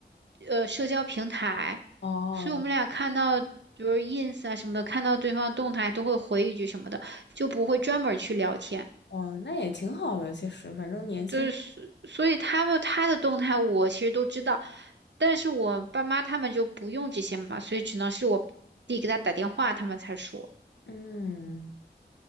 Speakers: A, on the right; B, on the left.
A: 呃社交平台，
B: 哦
A: 所以我们俩看到比如 ins 啊什么的，看到对方动态都会回一句什么的，就不会专门儿去聊天。
B: 哦，那也挺好的，其实反正年轻人
A: 就是所所以他们他的动态我其实都知道，但是我爸妈他们就不用这些嘛，所以只能是我弟给他打电话，他们才说。
B: 嗯。